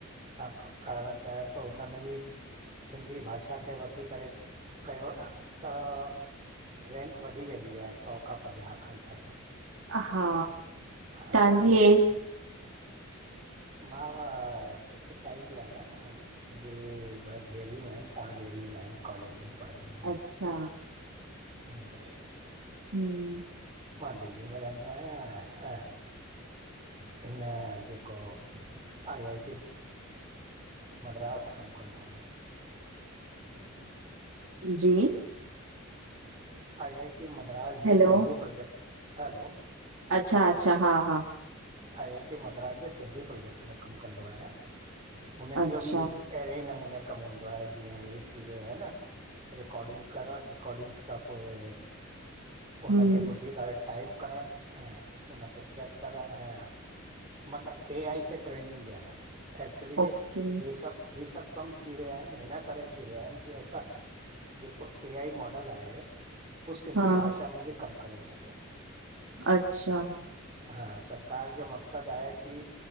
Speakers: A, on the right; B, on the right.
A: तां करण चाहियो त हुन में बि सिंधी भाषा खे वठी करे कयो न त रैंक वधी वेंदी आहे सौ खां पंजाह खंण तांईं।
B: हा।
A: हा
B: तव्हांजी
A: त न।
B: <inaudible>
A: मां ऊंअ सिक्सटी फाइव जो आहियां मुं मुंहिंजी ॿ धीअरियूं आहिन, तव्हां जहिड़ियूं आहिन कॉलेज में पढ़ंदियूं
B: अच्छा।
A: ह। <inaudible>
B: <inaudible>
A: मां दिल्ली में रहंदो आहियां। हिन जेको आई आई टी मद्रास कम कंदो आहियां।
B: जी।
A: आई आई टी मद्रास
B: हेलो,
A: जे सिंधी प्रोजेक्ट, हलो
B: अच्छा- अच्छा, हा हा।
A: आई आई टी मद्रास जे सिंधी प्रोजेक्ट में कमु कंदो आहियां, हुननि
B: अच्छा,
A: जो बि अहिड़े ई नमूने कमु हूंदो आहे, जीअं हे थी रहियो आहे न। रिकॉडिंग करण, रिकॉडिंग्स खां पोइ पो हुनखे
B: हम्म,
A: ॿुधी करे टाइप करण ऐं उनखे चेक करण ऐं मतिलब ए आई खे ट्रेनिंग ॾियण, एक्चुली
B: ओके,
A: ही सब ही सभु कम थी रहिया आहिन, हिन करे थी रहिया आहिनि कि असां जेको ए आई मॉडल आहे, हू सिंधी
B: हाँ,
A: भाषा में बि कमु करे सघे‌।
B: अच्छा।
A: हा सभ सरकार जो मक़सद आहे कि